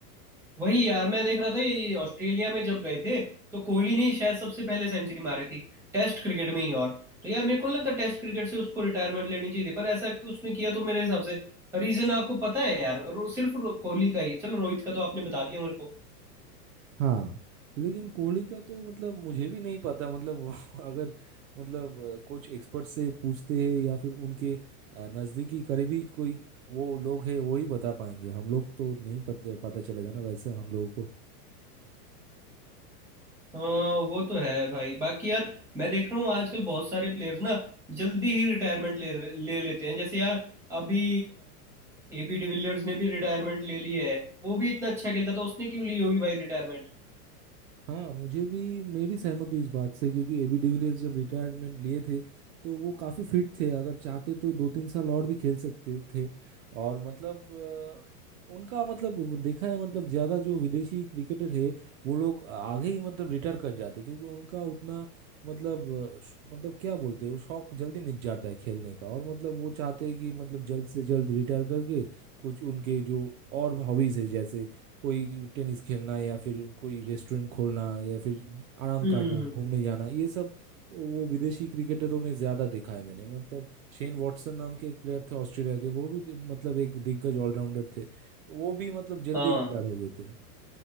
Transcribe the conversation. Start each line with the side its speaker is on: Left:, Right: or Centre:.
Centre: वही यार मैं देख रहा था ये ऑस्ट्रेलिया में जब गए थे तो कोहली ने ही शायद सबसे पहले सेंचुरी मारी थी टेस्ट क्रिकेट में ही और तो यार मेरे को नहीं लगता टेस्ट क्रिकेट से उसको रिटायरमेंट लेनी चाहिए थी पर ऐसा उसने किया तो मेरे हिसाब से रीजन आपको पता है यार रो, सिर्फ रो- कोहली का ही है। चलो रोहित का तो आपने बता दिया मेरे को
Right: हाँ लेकिन कोहली का तो मतलब मुझे भी नहीं पता मतलब वो <laughs> अगर मतलब कुछ एक्सपर्ट से पूछते हैं या फिर उनके अ, नजदीकी करीबी कोई वो लोग है वो ही बता पाएंगे हम लोग तो नहीं पता पता चलेगा ना वैसे हम लोगों को
Centre: हाँ वो तो है भाई बाकी यार मैं देख रहा हूँ आजकल बहुत सारे प्लेयर्स ना जल्दी ही रिटायरमेंट ले ले लेते हैं जैसे यार अभी एबी डिविलियर्स ने भी रिटायरमेंट ले ली है वो भी इतना अच्छा खेलता था उसने क्यों ली होगी भाई रिटायरमेंट
Right: हाँ मुझे भी मैं भी सहमत हूँ इस बात से क्योंकि एबी डिविलियर्स जब रिटायरमेंट लिए थे तो वो काफ़ी फिट थे अगर चाहते तो दो तीन साल और भी खेल सकते थे और मतलब अ, उनका मतलब वो देखा है मतलब ज़्यादा जो विदेशी क्रिकेटर है वो लोग आगे ही मतलब रिटायर कर जाते हैं, क्योंकि उनका उतना मतलब अ, श- मतलब क्या बोलते हैं वो शौक जल्दी मिट जाता है खेलने का और मतलब वो चाहते हैं कि मतलब जल्द से जल्द रिटायर करके कुछ उनके जो और हॉबीज है जैसे कोई टेनिस खेलना या फिर कोई रेस्टोरेंट खोलना या फिर आराम
Centre: हम्म
Right: करना घूमने जाना ये सब वो विदेशी क्रिकेटरों में ज्यादा देखा है मैंने मतलब शेन वॉटसन नाम के एक प्लेयर थे ऑस्ट्रेलिया के वो भी मतलब एक दिग्गज ऑलराउंडर थे वो भी मतलब जल्दी
Centre: हाँ
Right: रिटायर हो गए थे